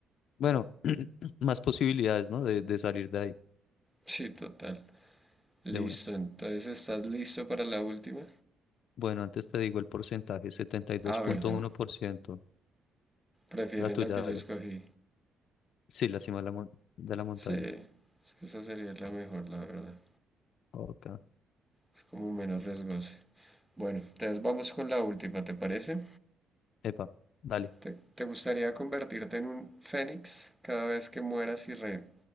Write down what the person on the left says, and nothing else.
Bueno, <clears throat> más posibilidades, ¿no? De, de salir de ahí,
de una.
Bueno, antes te digo el porcentaje, setenta y dos
punto
uno por ciento.
La tuya,
dale.
Sí, la cima de la, mon- de la montaña.
Ok.
Epa, dale.